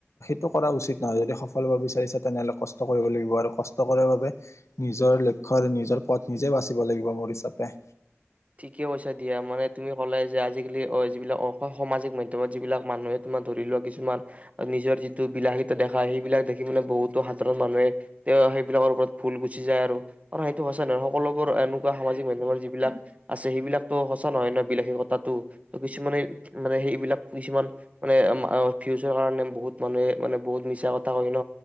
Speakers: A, on the left; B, on the right.
A: তো কৰা উচিত নহয় যদি সফল হব বিচাৰিছা তেনেহলে কষ্ট কৰিব লাগিব আৰু কষ্ট কৰাৰ বাবে নিজৰ লক্ষ্য আৰু নিজৰ পথ নিজে বাচিব লাগিব ভৱিষ্যতে
B: ঠিকে কৈছা দিয়া মানে তুমি ক'লাই যে আজিকালি অ যিবিলাক অ সামাজিক মাধ্যমত যিবিলাক মানুহে তোমাৰ ধৰি লোৱা কিছুমান নিজৰ যিটো বিলাসিতা দেখা সেইবিলাক দেখি মানে বহুতো সাধাৰণ মানুহে তেও সেইবিলাকৰ ওপৰত ভুল গুচি যায় আৰু আৰু সেইটো হৈছে নহয় সকলোবোৰ এনেকুৱা সামাজিক মাধ্যমৰ যিবিলাক আছে সেইবিলাকতো সঁচা নহয় ন বিলাসীকতাটো ত কিছুমানে মানে সেইবিলাক কিছুমান মানে অ ফিউচাৰ কাৰণে বহুত মানুহে মানে বহুত মিছা কথা কয় ন